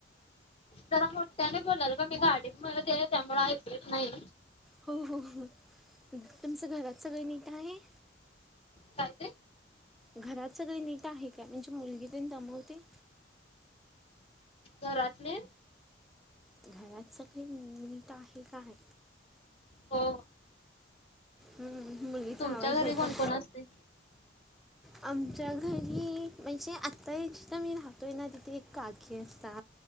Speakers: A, on the left; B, in the centre.
A: जरा मोठ्याने बोलाल का मी गाडीत त्यामुळे ऐकच नाही
B: हो हो हो तुमचं घरात सगळं नीट आहे
A: काय ते
B: घरात सगळे नीट आहे का म्हणजे मुलगी त्यान दबवते
A: घरातले
B: घरात सगळी नीट आहे काय
A: हो
B: हम् मुलगीचा
A: तुमच्या
B: आवाज
A: घरी
B: य
A: कोण
B: का
A: कोण असते?
B: आमच्या घरी म्हणजे आत्ताही जिथं मी राहतोय ना तिथे एक काकी असत